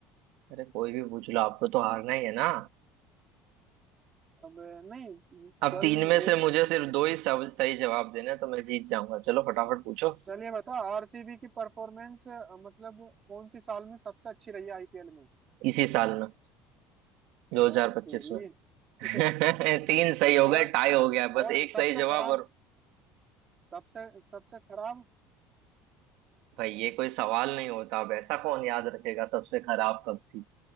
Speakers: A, on the right (about 75°); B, on the right (about 30°).
A: अरे कोई भी पूछ लो आपको तो हारना ही है ना
B: अब नहीं
A: अब
B: चल
A: तीन में से
B: एक
A: मुझे सिर्फ दो ही सब सही जवाब देने हैं, तो मैं जीत जाऊंगा चलो फटाफट पूछो
B: चलिए बताओ आरसीबी की परफॉर्मेंस मतलब कौन सी साल में सबसे अच्छी रही है आईपीएल में
A: इसी साल में 2025
B: ओ तेरी
A: में <laughs>
B: <laughs> सही
A: तीन सही हो गए
B: और
A: टाई हो गया बस
B: और
A: एक
B: सबसे
A: सही जवाब
B: खराब
A: और
B: सबसे सबसे खराब
A: भाई ये कोई सवाल नहीं होता अब ऐसा कौन याद रखेगा सबसे खराब कब थी